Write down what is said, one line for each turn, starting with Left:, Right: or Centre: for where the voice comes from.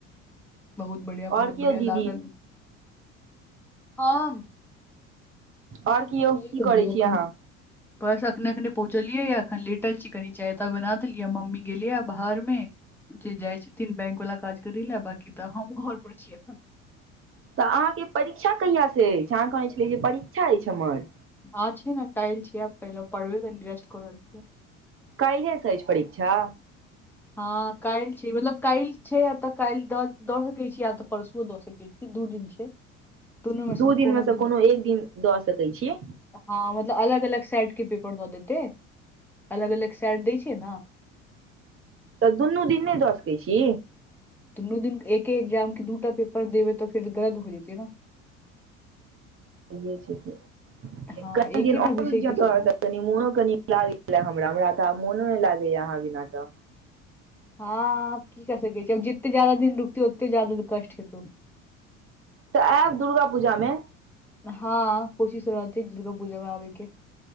Centre: बहुत बढ़ियाँ बहुत
Right: आओर कियौ
Centre: बढ़ियाँ
Right: दीदी
Centre: लागल हंन हम
Right: आओर कियौ
Centre: तऽ कए
Right: की
Centre: कहियौ
Right: करै
Centre: अखन
Right: छी अहाँ
Centre: बस अखने अखने पहुँचलियै या अखन लिटल छि कनि चायता बना देलियै मम्मी गेलियै बाहर मे जे जाइ छैथिन बैंक वालला काज करै लए बकी तऽ हम घर पर छी एखन
Right: तऽ अहाँके परीक्षा कहियासँ अछि अहाँ कहने छलै जे परीक्षा अछि हमर
Centre: ह छै ने कैल छिय पहिल परबे <unintelligible>
Right: कायले सऽ ये परीक्षा
Centre: हँ काल्हि छी मतलब काल्हि छै य तऽ काल्हि दऽ सकै छी य तऽ परसु दऽ सकैत छी दू दिन छै दुनू मे
Right: दू दिनमे सँ
Centre: दिन
Right: कोनो एक दिन दऽ सकै छीए
Centre: हँ मतलब अलग अलग सैट कऽ पेपर दऽ देतै अलग अलग सेट दै छियै नऽ
Right: तऽ दुन्नू दिन नहि दऽ सकै छी
Centre: दुनू दिन एके एग्जाम के दूटा पेपर देबै त फिर गलत हो जेतीै नऽ
Right: सहिए छै की
Centre: हँ
Right: कंपनी
Centre: एकेटा
Right: दिन और
Centre: विषय
Right: रूक
Centre: के छै न
Right: कनि मोनो कनि लागै हमरा हमरा तऽ मोनो नहि लागैया अहाँ बिना तऽ
Centre: हाँ की कर सकै छिय जितते ज्यादा दिन रुकते ओते ज्यादा कष्ट हेतौ
Right: तऽ आयब दुर्गा पूजा मऽ
Centre: हाँ कोशिश रहती दुर्गा पूजा में आबैय के